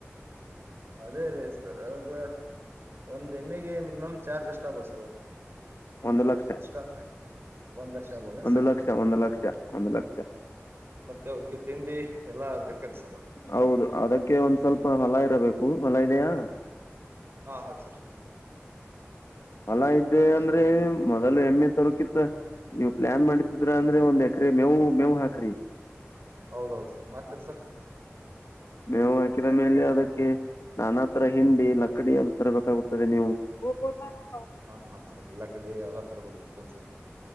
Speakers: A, on the right; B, on the left.
A: ಅದೇ ರೇ ಸರ್ ಅದು ಒಂದ್ ಎಮಿಗೆ ಮಿನಿಮಮ್ ಚಾರ್ಜ್ ಅಷ್ಟ ಆಗೋದು ಸರ್.
B: ಒಂದು ಲಕ್ಷ.
A: ಇಷ್ಟ ಅಂತ ಒಂದ್ ಲಕ್ಷ ಆಗ್ಬೋದ
B: ಒಂದು
A: ಸರ್
B: ಲಕ್ಷ ಒಂದು ಲಕ್ಷ ಒಂದು ಲಕ್ಷ
A: ಮತ್ತೆ ಅವಕೆ ತಿಂಡಿ ಎಲ್ಲ ಓಕೆ ಸರ್.
B: ಹೌದು ಅದಕ್ಕೆ ಒಂದ್ ಸ್ವಲ್ಪ ಹೊಲ ಇರಬೇಕು ಹೊಲ ಇದೆಯಾ.
A: ಹಾ ಹೌ ಸರ್.
B: ಮಲ ಇದ್ದೆ
A: ಅದಕ್ಕೆ
B: ಅಂದ್ರೆ ಮ ಅಲ್ಲ ಎಮ್ಮೆ ತರೋಕಿತ್ತ ನೀವ್ ಪ್ಲಾನ್ ಮಾಡಿದ್ರ ಅಂದ್ರೆ ಒಂದ್ ಎಕರೆ ಮೇವು ಮೇವು ಹಾಕ್ರಿ.
A: ಹೌದೌದು ಸರ್ ಮತರಿ ಸರ್.
B: ಮೇವು ಹಾಕಿದ ಮೇಲೆ ಅದಕ್ಕೆ ನಾನಾ ತರ ಹಿಂಡಿ ಲಕ್ಕಡಿ ಅದ ತರಬೇಕಾಗುತ್ತದೆ ನೀವು. <unintelligible>
A: ಹಾ ಹಾ ಸರ್ ಎಲ್ಲಾ ಲಕಡಿ ಎಲ್ಲ ತರ ಬೇಕಾಗತ್ತನ್ ಸರ್.